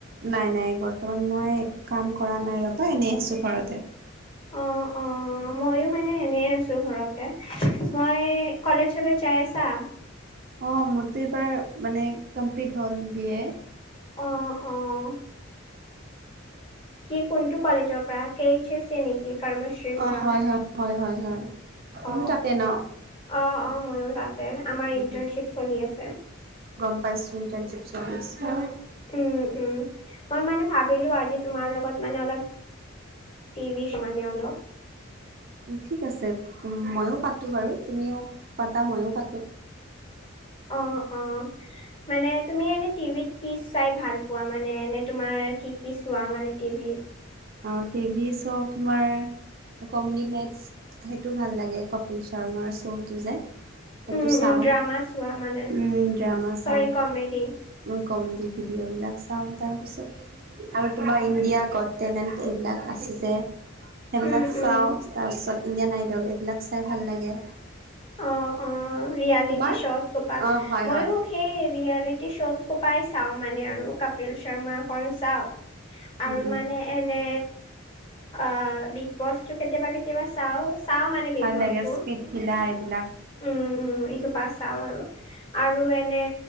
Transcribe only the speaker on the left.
অ, অ। অঁ, ময়ো মানে এনেই আছোঁ ঘৰতে। মই, কলেজলৈ যাই আছা?
অ, অ। কি কোনটো কলেজৰ পৰা, কে এইচ এ নেকি? কৰ্মশ্ৰীৰ পৰা
অ
অ, অ, মইও তাতে, আমাৰ
ইণ্টাৰ্ণশ্বিপ
চলি আছে।
উম, উম, মই মানে ভাবিলো আজি তোমাৰ লগত মানে অলপ টিভি <unintelligible> মানে অলপ
অ, অ' মানে তুমি এনে টিভিত কি চাই ভাল পোৱা মানে এনে তোমাৰ কি কি ছোৱা মানে টিভিত
উম
উম ড্ৰামা চোৱা মানে
চৰি
কমেডি
উম উম
অ, অ, ৰিয়েলিটি
শ্ব'জ সোপা,
মইও
সেই ৰিয়েলিটি শ্ব'জ সোপাই চাও মানে আৰু কপিল শৰ্মাখন চাওঁ আৰু
মানে এনে অ, বিগ বছটো কেতিয়াবা কেত তিয়াবা চাওঁ, চাওঁ মানে বিগ
বছটো
উম, উম, এইসোপা চাও আৰু, আৰু এনে